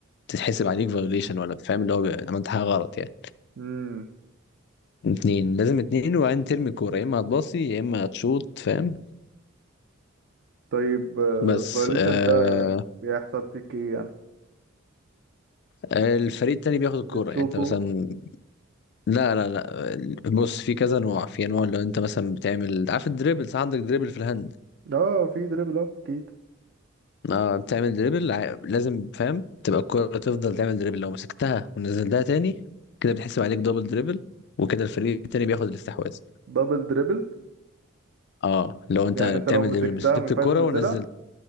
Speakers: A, on the left; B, on the right.
A: تتحسب عليك فايوليشن ولا فاهم اللي هو بيبقى- عملت حاجه غلط يعني
B: امم
A: اتنين لازم اتنين وبعدين ترمي الكوره يا اما هتباصي يا اما هتشوط فاهم
B: طيب الفايوليشن
A: بس آه
B: ده بيحصل فيك ايه يعني
A: الفريق التاني بياخد الكوره
B: بتشوطه
A: يعني انت مثلا لا لا لا بص في كذا نوع في انواع لو انت مثلا بتعمل عارف الدريبل صح عندك دريبل في الهاند
B: اه في دريبل اه اكيد
A: آه بتعمل دريبل ع- لازم فاهم تبقى الكرة تفضل تعمل دريبل لو مسكتها ونزلتها تاني كده بتحسب عليك دبل دريبل وكده الفريق التاني بياخد الاستحواذ
B: دبل دريبل
A: اه لو انت
B: يعني
A: بتعمل
B: انت لو مسكتها
A: دريبل مسكت
B: ما ينفعش
A: الكرة
B: تنزلها
A: ونزلت